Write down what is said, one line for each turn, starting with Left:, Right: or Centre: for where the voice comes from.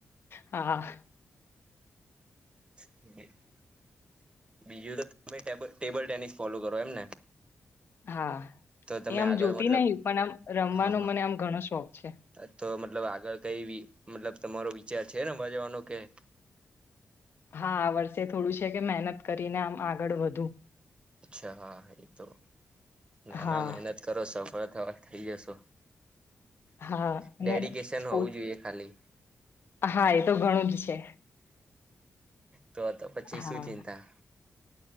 Left: હા
Right: <unintelligible> બીજું તો તમે ટેબલ ટેનિસ ફોલો કરો એમ ને
Left: હા
Right: તો તમે
Left: એ આમ
Right: આગળ
Left: જોતી
Right: મતલબ
Left: નહિ પણ આમ રમવાનો
Right: હા
Left: મને આમ ઘણો શોખ છે.
Right: હા તો મતલબ આગળ કઈ મતલબ તમારો વિચાર છે ને રમવા જવાનો કે-'
Left: હા આ વર્ષે થોડું છે કે મહેનત કરીને આમ આગળ વધુ
Right: અચ્છા હા એ તો નાના
Left: હા
Right: મહેનત કરો સફળ થવાય થઈ જશો
Left: હા અને
Right: ડેડિકેશન
Left: સ્પોર્ટ
Right: હોવું જોઈએ ખાલી
Left: હા એતો ઘણું જ છે.
Right: તો તો પછી
Left: હા
Right: શું ચિંતા